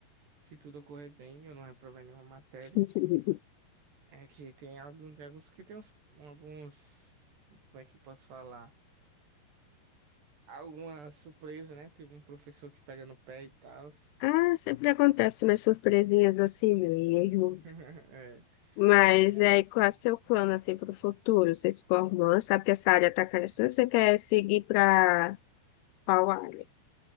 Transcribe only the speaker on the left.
<laughs>
Ah, sempre acontece umas surpresinhas assim mesmo.
Mas
aí, qual é o seu plano assim para o futuro? Você se formando, sabe que essa área está crescendo, você quer seguir para qual área